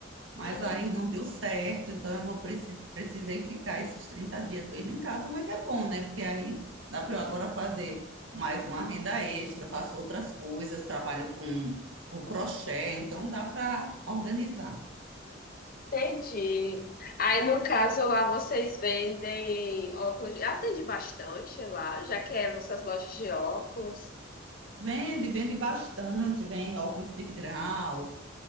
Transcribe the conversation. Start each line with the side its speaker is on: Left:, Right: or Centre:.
Right: Mas
Left: hum,
Right: aí não deu certo, então eu vou preci- precisei ficar esses 30 dias mesmo em casa, mas é bom, né? Porque aí dá para eu agora fazer mais uma renda extra, faço outras coisas, trabalho com, com crochê, então dá para organizar.
Left: entendi. Aí, no caso, lá vocês vendem óculos. Eu Atende bastante lá, já que é nossas lojas de óculos.
Right: Vende, vende bastante, vem óculos de grau,